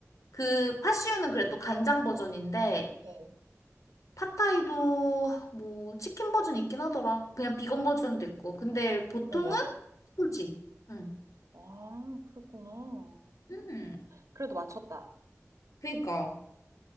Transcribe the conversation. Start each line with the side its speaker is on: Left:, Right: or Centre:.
Left: 그 팥시유는 그래 또 간장 버전인데
Right: 어.
Left: 팟타이도 뭐 치킨 버전 있긴 하더라. 그냥 비건 버전도 있고. 근데 보통은
Right: 어, 맞아.
Left: 소지. 응.
Right: 아, 그랬구나.
Left: 음,
Right: 그래도 맞췄다.
Left: 그니까.